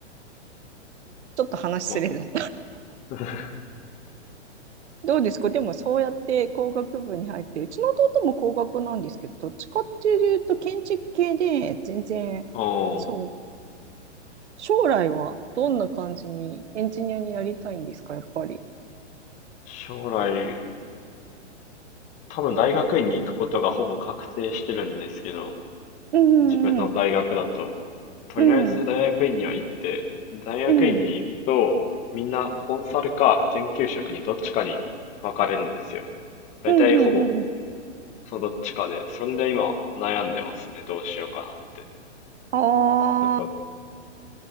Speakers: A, on the right; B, on the left.
A: ちょっと話すれだ
B: まあ。<laughs>
A: どうですかでもそうやって工学部に入って、うちの弟も工学なんですけど、どっちかっていうと建築系で全然、
B: おー。
A: そう、将来はどんな感じにエンジニアになりたいんですか、やっぱり。
B: 将来、多分大学院に行くことがほぼ確定してるんですけど、
A: うんうんうん。
B: 自分の大学だと。とりあえず大学院には行って、
A: うん
B: 大学院に行くと、
A: うん。
B: みんなコンサルか研究職にどっちかに分かれるんですよ。だいたいほぼ
A: うんうんうんうん。
B: そのどっちかで、それで今悩んでますね。どうしようかなって。
A: ああ、
B: だから